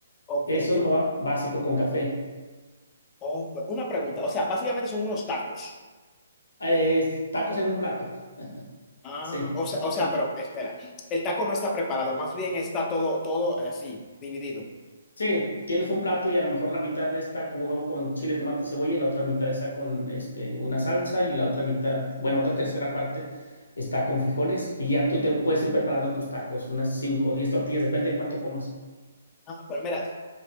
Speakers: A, on the left; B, on the left.
A: Ok.
B: Eso
A: Un-
B: es lo ba- básico con café.
A: oh, pero una pregunta. O sea, básicamente son unos tacos.
B: Eh, tacos en un plato,
A: Ah,
B: sí.
A: o sea, o sea,
B: sí.
A: pero espera. El taco no está preparado, más bien está todo, todo así, dividido.
B: Sí, tienes un plato y a lo mejor la mitad está con huevo con chile, tomate y cebolla y la otra mitad está con este, una salsa y la otra mitad, bueno, otra tercera parte está con frijoles y ya tú te puedes ir preparando tus tacos, unas 5 o 10 tortillas, depende de cuánto comas.
A: Ah, pues mira.